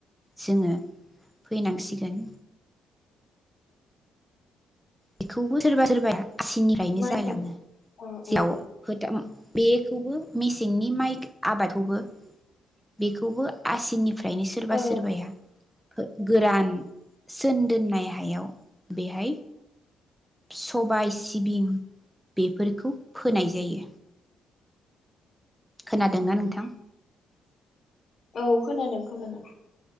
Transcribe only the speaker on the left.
मा
होनदों औ
औ दे
औ
उम
औ खोनादों खोनादों।